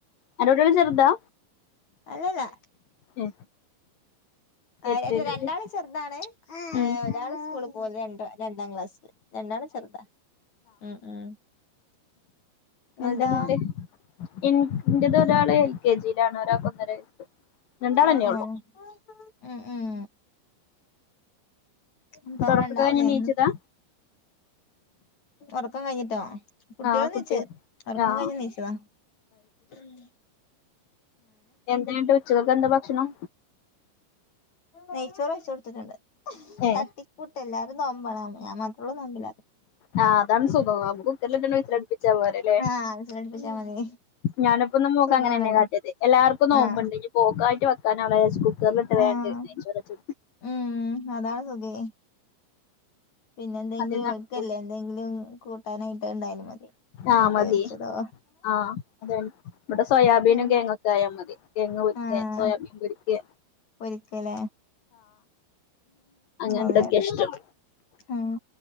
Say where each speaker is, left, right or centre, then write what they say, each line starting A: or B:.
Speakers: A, on the left; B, on the left.
A: അൻ്റുട്ട്യേള് ചെറുതാ
B: അല്ലല്ലാ
A: ഏ
B: ആ
A: എത്രയിലാ
B: യല്ല രണ്ടാള്
A: ഓല്
B: ചെറുതാണ്
A: ഉം
B: ഒരാള് സ്കൂള്ല് പോക രണ്ട് രണ്ടാം ക്ലാസില് രണ്ട ള് ചെറുത ഉം ഉം ഇങ്ങൾതോ
A: എന്തങ്ങട്ട് ഇൻ ഇൻ്റതൊരാളെ കെ ജിയിലാണ് ഒരാൾക്ക് ഒന്നര വയസ് രാണ്ടാളന്നെയ
B: ആഹ് ആഹ്
A: ഉള്ളു
B: ഉം ഉം ഇന്ന്പ്പ
A: തൊറക്കൊക്കെ
B: അവിടെ ഇണ്ടാവുലേ
A: കഴിഞ്ഞ് നീച്ചതാ
B: ഇന്ന് ഉറക്കം കഴിഞ്ഞിട്ടോ കുട്ടികളെ
A: ആഹ് കുട്ടികൾ
B: നീച്ച് ഉറക്കം
A: ആഹ്
B: കഴിഞ്ഞ് നീച്ചതാ ഉം
A: എന്തായിട്ട് ഉച്ചക്കക്കെന്താ ഭക്ഷണം
B: ഉം നെയ്ച്ചോറ് വെച്ച് കൊടുത്തിട്ടുണ്ട്
A: ഏ
B: തട്ടിക്കൂട്ട് എല്ലാരും നോമ്പണ് ഞാൻ മാ ള്ളൂ നോമ്പില്ലാത്ത
A: ആ അതാണ് സുഖം ആമ്പം കുക്കർല്ലിട്ടണ്ട് വിസില് അടുപ്പിച്ചാ പോര ല്ലേ
B: ആഹ് വിസിലടിപ്പിച്ചാ മതി
A: ഞാനിപ്പൊന്ന് മോക്കങ്ങനന്നെ
B: സുഖാണല്ലോ
A: കാട്ടിയത് എല്ലാർക്കും നോമ്പ്ണ്ട്
B: ആഹ്
A: ഇനിപോക്കായിട്ട് വെ ക്കാനാവൂലാ രാച്ച് കുക്കറിലിട്ട് വേണ്ട്
B: ആഹ്
A: നെയ്റോച്ച്
B: ഉം അതാണ് സുഖേ പിന്നെ എന്തെങ്കിലും
A: അതേ നടക്കൂ
B: ഓൽക്കല്ലേ എന്തെങ്കിലും കൂട്ടാനായിട്ട് ഉണ്ടായാലും മതി
A: ആ
B: മുട്ട
A: മതി
B: പൊരിച്ചതോ
A: ആ അതാണ് ഇവടെ സോയാബീനും
B: ഉം
A: കേയങ്ങൊക്കെ ആയാ മതി കെയങ് പൊരിക്കേ
B: ആഹ്
A: സോയാബീൻ പൊരിക്കേ
B: പൊരിക്കലേ
A: അങ്ങനത്തൊക്കെ
B: അതെ
A: ഇഷ്ടം
B: ഉം